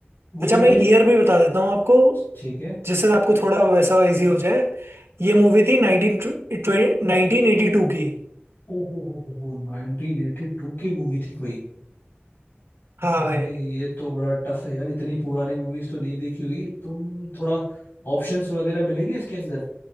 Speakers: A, on the left; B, on the right.
A: वो
B: अच्छा
A: इंडियन
B: मैं ईयर भी बता देता हूँ आपको
A: ठीक है
B: जिससे आपको थोड़ा वैसा इजी हो जाए ये मूवी थी नाइनटीन नाइनटीन एटी टू की
A: ओ हो हो हो 1982 की मूवी थी कोई
B: हाँ
A: भाई
B: भाई
A: ये तो बड़ा टफ है यार इतनी पुरानी मूवीज तो नहीं देखी हुई तुम थोड़ा ऑप्शंस वगैरह मिलेंगे इसके अंदर